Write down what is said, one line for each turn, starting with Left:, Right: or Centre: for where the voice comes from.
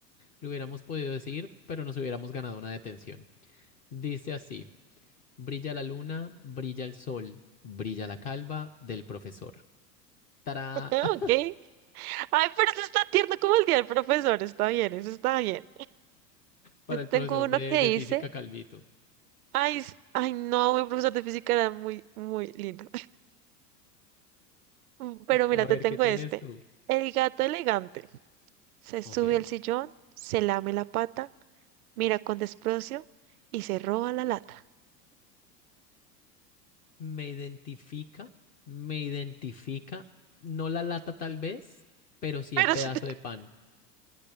Left: lo hubiéramos podido decir, pero nos hubiéramos ganado una detención. Dice así: brilla la luna, brilla el sol, brilla la calva del profesor. Tará,
Right: <laughs>
Left: <laughs>
Right: Ok. Ay, pero eso está tierno como el día del profesor. Está bien, eso está bien.
Left: para
Right: Yo tengo
Left: el profesor
Right: uno
Left: de,
Right: que
Left: de
Right: dice,
Left: física Calvito.
Right: ay, s- ay, no, mi profesor de física era muy, muy lindo. <laughs> Pero mira,
Left: A ver,
Right: te tengo
Left: ¿qué tienes
Right: este.
Left: tú?
Right: El gato elegante. Se sube
Left: Ok.
Right: al sillón, se lame la pata, mira con desprecio y se roba la lata.
Left: Me identifica, me identifica, no la lata tal vez, pero sí
Right: Pero
Left: el pedazo
Right: si te
Left: de pan.